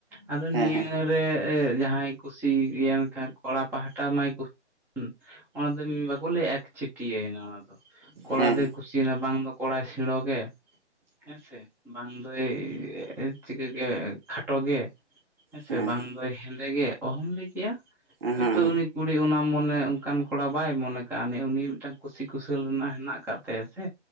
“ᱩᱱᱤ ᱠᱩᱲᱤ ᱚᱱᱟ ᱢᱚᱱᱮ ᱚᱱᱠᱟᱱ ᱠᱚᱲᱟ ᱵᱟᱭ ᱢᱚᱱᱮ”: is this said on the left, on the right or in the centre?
Centre